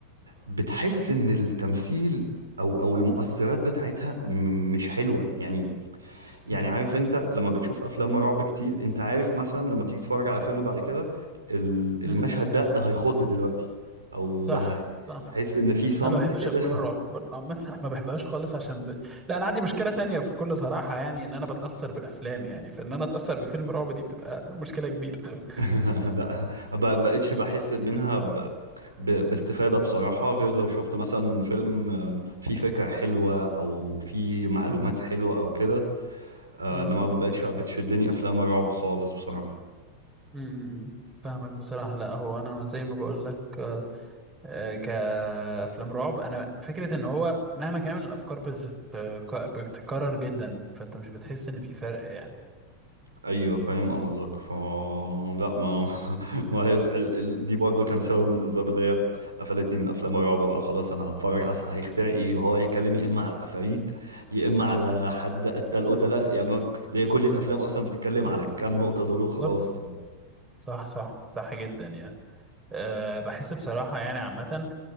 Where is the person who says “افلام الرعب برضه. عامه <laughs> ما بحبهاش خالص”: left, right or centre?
Right